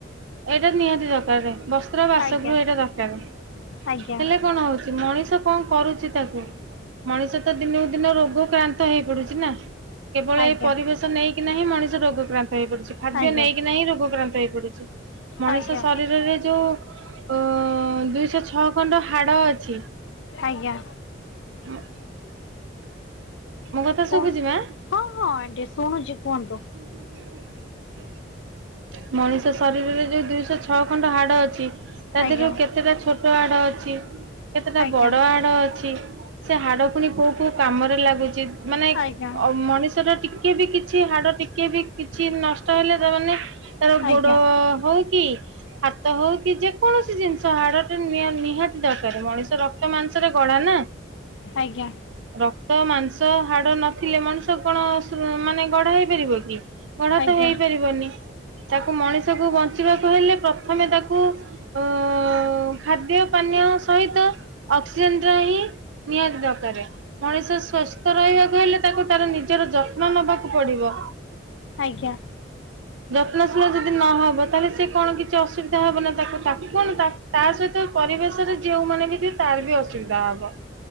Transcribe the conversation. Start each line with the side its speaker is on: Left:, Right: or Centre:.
Right: ଏଇଟା ନିହାତି ଦରକାର ରେ ବା ସ୍ତ୍ର ବାସଗୃହ
Left: ଆଜ୍ଞା
Right: ଏଇଟା ଦରକାର
Left: ଆଜ୍ଞା
Right: ହେଲେ କଣ ହଉଛି ମଣିଷ କଣ କରୁଛି ତାକୁ ମଣିଷ ତ ଦିନକୁ ଦିନ ରୋଗ କ୍ଳାନ୍ତ ହେଇ ପଡୁଛି ନା। କେବଳ
Left: ଆଜ୍ଞା
Right: ଏ ପରିବେଶ ନେଇକି ନାହିଁ ମଣିଷ ରୋଗକ୍ରାନ୍ତ ହେଇପଡୁଛି ଖାଦ୍ୟ
Left: ଆଜ୍ଞା
Right: ନେଇକି ନାହିଁ ରୋଗକ୍ରାନ୍ତ ହେଇପଡୁଛି ମଣିଷ
Left: ଆଜ୍ଞା
Right: ଶରୀରରେ ଯୋଉ ଓ ଦୁଇଶହ ଛଅ ଖଣ୍ଡ ହାଡ଼ ଅଛି।
Left: ଆଜ୍ଞା
Right: ହଁ। ମୋ କଥା
Left: କୁହ
Right: ଶୁଭୁଛି ମା?
Left: ହଁ ହଁ ଆଣ୍ଟି ଶୁଣୁଛି କୁହନ୍ତୁ।
Right: <unintelligible> ମଣିଷ ଶରୀରରେ ଯୋଉ ଦୁଇଶହ ଛଅ ଖଣ୍ଡ ହାଡ ଅଛି ତା
Left: ଆଜ୍ଞା
Right: ଦେହରୁ କେତେଟା ଛୋଟ ହାଡ ଅଛି କେତେଟା
Left: ଆଜ୍ଞା
Right: ବଡ ହାଡ ଅଛି। ସେ ହାଡ ପୁଣି କୋଉ କୋଉ କାମରେ ଲାଗୁଛି ମାନେ
Left: ଆଜ୍ଞା।
Right: ମଣିଷର ଟିକେ ଟିକେ ବି କିଛି ହାଡ ଟିକେ ବି କିଛି ନଷ୍ଟ ହେଲେ ତାମାନେ ତାର
Left: ଆଜ୍ଞା
Right: ଗୋଡ ହଉ କି ହାତ ହଉ କି ଯେକୌଣସି ଜିନିଷ ହାଡ଼ଟ ନିହାତି ଦରକାର ମଣିଷ ରକ୍ତ ମାଂସରେ ଗଡା ନା। <unintelligible>
Left: ଆଜ୍ଞା।
Right: ରକ୍ତ ମାଂସ ହାଡ ନଥିଲେ ମଣିଷ କଣ ମାନେ ଗଡା ହେଇପାରିବ କି। ଗଢା
Left: ଆଜ୍ଞା
Right: ତ ହେଇପାରିବନି ତାକୁ ମଣିଷକୁ ବଞ୍ଚିବାକୁ ହେଲେ ପ୍ରଥମେ ତାକୁ ଅ ଖାଦ୍ୟ ପାନୀୟ ସହିତ ଅକ୍ସିଜେନ ର ହିଁ ନିହାତି ଦରକାରେ। ମଣିଷ ସୁସ୍ଥ ରହିବାକୁ ହେଲେ ତାକୁ ତାର ନିଜର ଯତ୍ନ ନବାକୁ ପଡିବ।
Left: ଆଜ୍ଞା।
Right: ଯତ୍ନଶୀଳ ଯଦି ନହବ ତାହେଲେ ସେ କଣ କିଛି ଅସୁବିଧା ହବ ନା ତାକୁ କଣ ତାକୁ କଣ ତା ସହିତ ପରିବେଶରେ ଯଉ ମାନ ବି ଥିବେ ତାର ବି ଅସୁବିଧା ହବ।